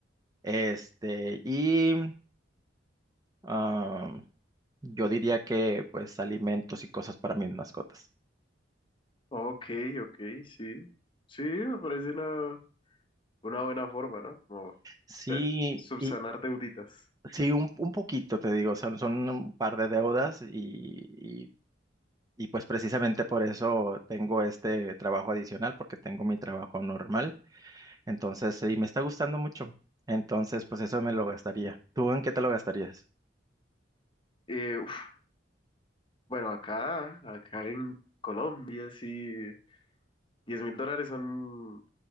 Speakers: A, on the right; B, on the left.
A: Este, y Ah, yo diría que pues alimentos y cosas para mis mascotas.
B: Ok, ok, sí. Sí, me parece la, una buena forma, ¿no? Como
A: Sí,
B: te- subsanar
A: y
B: deuditas.
A: sí, un, un poquito te digo, son, son un par de deudas y, y, y pues precisamente por eso tengo este trabajo adicional, porque tengo mi trabajo normal. Entonces, y me está gustando mucho. Entonces, pues eso me lo gastaría. ¿Tú en qué te lo gastarías?
B: Eh, uf, bueno, acá, acá en Colombia, sí, 10 mil dólares son,